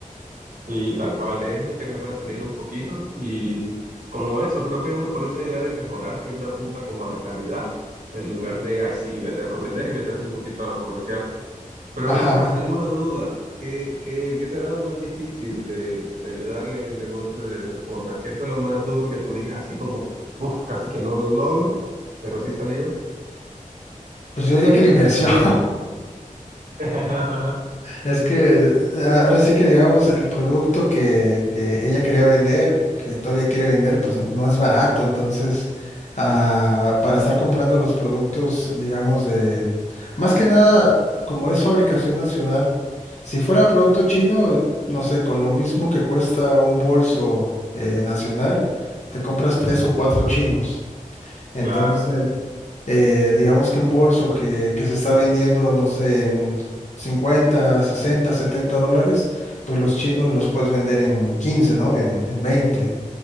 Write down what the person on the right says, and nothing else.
Sí, tal cual es lo que me ha mantenido un poquito y como eso, creo que uno por esa idea de mejorar siempre apunta como a la calidad en lugar de, ay sí, vender por vender y meterte un poquito a lo comercial. Pero
ven acá, tengo una duda. ¿Qué, qué, qué te ha dado más difícil de, de ayudarle en el negocio de tu esposa? ¿Qué fue lo más duro que tú digas así como, uff, casi que no lo logro, pero sí salió?
<laughs>
Claro,